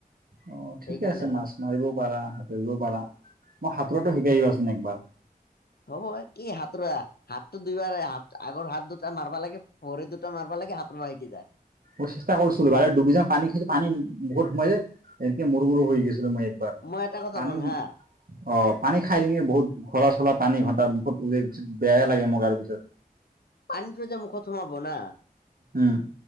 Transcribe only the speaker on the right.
অ ঠিকে
আছে মাছ মাৰিবও পাৰা, সাতুৰিবও পাৰা,। মই সাঁতোৰাটো শিকাইদিবাচোন একবাৰ।
মই চেষ্টা কৰিছিলো বাৰে দুবিজা পানী খাই পানী মুখত সোমাই যায়, এনেকে মৰু গৰু হৈ গৈছিলো মই। এইবাৰ
পানী
অ পানী খাই দিঙে বহুত ঘলা চলা পানী ঘণ্টা। বত উ পিছত বেয়াই লাগে মোক আৰু পিছত।
উম